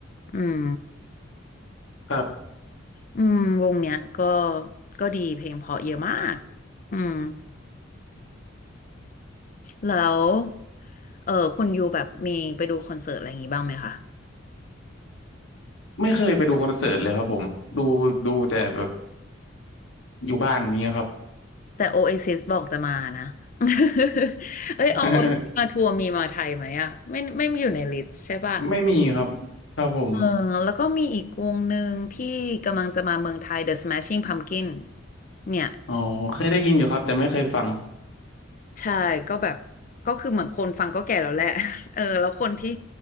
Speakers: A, on the left (about 40°); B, on the left (about 80°).
A: อืม
B: ครับ
A: อืมวงเนี้ยก็ก็ดีเพลงเพราะเยอะมากอืมแล้วเออคุณยูแบบมีไปดูคอนเสิร์ตอะไรอย่างงี้บ้างไหมคะ
B: ไม่เคยไปดูคอนเสิร์ตเลยครับผมดูดูแต่แบบอยู่บ้านเนี้ยครับ
A: แต่โอเอซิสบอกจะมานะ <laughs> เอ้ยโอโอเอซิสมาทัวร์มีมาไทยไหมอ่ะไม่ไม่มีอยู่ในลิสต์ใช่ป่ะ
B: <laughs> ไม่มีครับครับผม
A: เออแล้วก็มีอีกวงหนึ่งที่กำลังจะมาเมืองไทย The Smashing Pumpkin เนี่ย
B: อ๋อเคยได้ยินอยู่ครับแต่ไม่เคยฟัง
A: ใช่ก็แบบก็คือเหมือนคนฟังก็แก่แล้วแหละ <laughs> เออแล้วคนที่